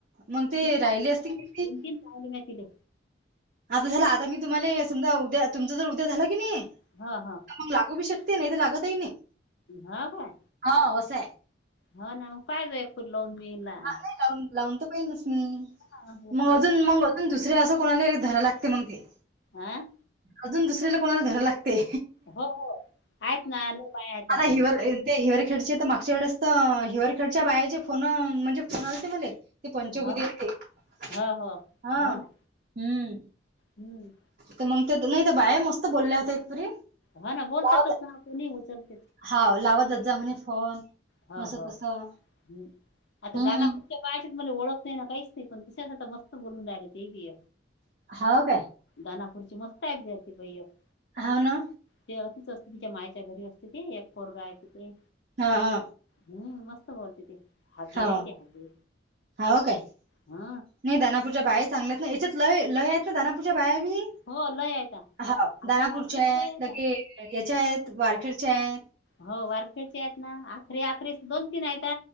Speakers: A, on the right (about 45°); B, on the left (about 60°).
A: मग ते
B: कित
A: राहिले
B: ला हो-
A: असतील की
B: <unintelligible> दोन तीन पाले म तले
A: आप झाला आता मी तुम्हाले समजा उद्या, तुमचं जर उद्या झालं की नाही,
B: हा हा,
A: तर मग लागू शकते नाही तर लागतही नाइ.
B: हा काय?
A: हा असय.
B: हो ना काय एकू पणलवन मल
A: हा नाही लावून लावून त पहि नस मी.
B: हा, उचलत
A: मग अजून
B: जाईल
A: मग अजून दुसरे असं कोणालाही धरा लागते मग ते.
B: आं
A: अजून दुसरीला कोणाला धराव लागतेय.
B: हो हो आहेत ना आले बाय आया
A: आता
B: ताल
A: हिवर ते हिवररखेडचे तर मागच्या वेळेस तर, हिवररखेडच्या बायाचे फोन म्हणजे फोन आले ते मले. ते पंचबुधी
B: हो
A: हाय
B: का
A: ते.
B: हो हो
A: हा
B: हो
A: हम्म,
B: ना हम्म
A: तर मग ते तदुमते नते बाय मस्त बोलल्या होत्या <unintelligible>
B: हो ना बोलतातच
A: लावत
B: ना कोणी उचलतेत.
A: हा लावा दात जा म्हणे फोन.
B: हो
A: असं
B: हो
A: तसं
B: ह् आता
A: हम्म
B: दानापूरच्या पाहिज मला ओळख नाही ना काहीच नाही पण तिच्यासाठीता मस्त बोलून राहियला ते बी
A: हाव काय?
B: दानापूरची मस्त हायेत ग ती बाई ऐक.
A: होव ना?
B: ते असीच असते तिच्या मायच्या घरी असते ते एक पोरगा आहे तिथे
A: हा हा.
B: हम्म मस्त बोलते ते हागे
A: हो
B: आहे ते हागे
A: हो काय
B: हा
A: नाही दनापूच्या बाहे चांगल्या नाही याच्यात लय लय आहेत ना दनापूच्या बायावीी
B: हो लय आहेता
A: हा
B: आपली
A: दानापूरच्या
B: हागेच
A: आहेत
B: लय आहेता
A: लगे याच्या आहेत वारखेडच्या आहेत
B: हो वारखेडचे आहेत ना अखरी अखरीे दोन तीन आहेत